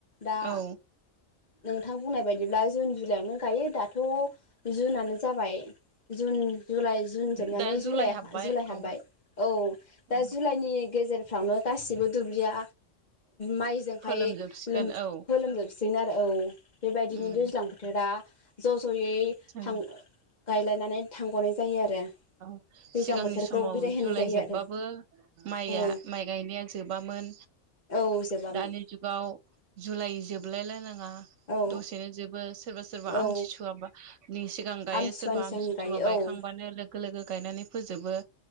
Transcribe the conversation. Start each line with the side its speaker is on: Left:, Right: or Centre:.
Left: दा
Right: औ
Left: नोंथां बुंनाय बायदिब्ला जुन जुलाइआवनो गायो दाथ' जुनानो जाबाय। जुन जुलाइ जुन जोबनानै
Right: दा
Left: जुलाइ
Right: हाबबाय
Left: जुलाइ हाबबाय
Right: औ
Left: औ दा
Right: औ
Left: जुलाइनि गेजेर फावनो गासिबो दुब्लिया माइजोंहाय
Right: फोलोमजोबसिगोन
Left: फोलोमजोब।
Right: औ
Left: साबसिन आरो औ बेबायदिनो
Right: उम
Left: दैज्लां बोथोरा ज' ज'यै
Right: जों
Left: थां गायलायनानै थांगनाय जायो आरो।
Right: औ
Left: दैज्लां
Right: सिगांनि
Left: बोथोरखौ
Right: समाव
Left: बिदाय होनाय
Right: जुलाइ
Left: जायो
Right: जोबबाबो
Left: आरो
Right: माइआ
Left: औ
Right: माइ गायनाया जोबामोन।
Left: औ जोबामोन
Right: दानि जुगाव जुलाइ जोबलायलायनाङा
Left: औ
Right: दसेनो जोबो सोरबा सोरबा
Left: औ
Right: आमथिसुवाबा नि सिगां गायो
Left: आमथिसुवानि
Right: सोरबा आम
Left: सिगां
Right: सिसुवा
Left: गायो
Right: बायखांबानो
Left: औ
Right: लोगो लोगो गायनानै फोजोबो।